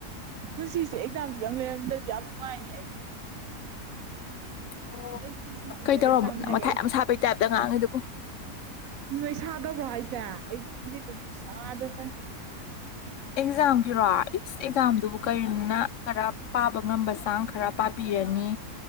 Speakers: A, on the right (about 65°); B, on the left (about 60°).
A: ꯄꯨꯟꯁꯤꯁ ꯑꯦꯛꯖꯥꯝꯁꯤꯗꯪ ꯂꯩꯔꯝꯗ꯭ꯔꯗꯤ ꯌꯥꯝ ꯅꯨꯡꯉꯥꯏꯅꯤ ꯑꯩ
B: ꯎꯝ
A: ꯑꯩ ꯄꯨꯟꯁꯤꯁꯤꯗ
B: ꯑꯣ ꯀꯩ
A: ꯑꯦꯛꯖꯥꯝ
B: ꯇꯧꯔꯝꯃꯣ ꯅꯪ
A: ꯍꯥꯏꯕ
B: ꯃꯊꯥꯏ ꯌꯥꯝ ꯁꯥꯄꯩ ꯇꯥꯏꯞꯇ ꯉꯥꯡꯉꯤꯗꯨꯕꯨ
A: ꯑꯗꯨ ꯅꯣꯏ ꯁꯥꯗꯕ꯭ꯔꯣ ꯍꯥꯏꯁꯦ ꯑꯩꯗꯤ ꯈꯪꯗꯗꯕꯨ ꯁꯥꯗꯁꯦ
B: ꯑꯦꯛꯖꯥꯝꯒꯤꯔꯣ ꯏꯁ ꯑꯦꯛꯖꯥꯝꯗꯨꯕꯨ ꯀꯔꯤꯝꯅ ꯈꯔ ꯄꯥꯕ ꯉꯝꯕ ꯆꯥꯡ ꯈꯔ ꯄꯥꯕꯤ ꯌꯥꯅꯤ